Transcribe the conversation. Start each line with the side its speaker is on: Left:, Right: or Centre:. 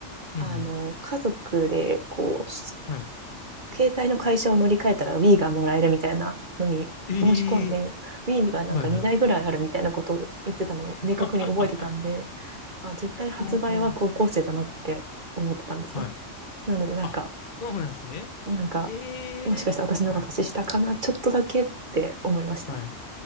Left: うんうん。
Right: あの、家族で、こう、
Left: はい。
Right: 携帯の会社を乗り換えたら Wii がもらえるみたいなのに申し込んで、
Left: ええ
Right: Wii がなんか2台ぐらいあるみたいなことを言ってたのを明確に覚えてたんで、
Left: はいはい。<laughs>
Right: まあ絶対発売は高校生だなって思ってたんですよ。
Left: おー。はい。
Right: なのでなんか、
Left: あ、そうなんですね。
Right: なんか、
Left: ええはい。
Right: もしかして私の方が年下かなちょっとだけって思いました。
Left: はい。い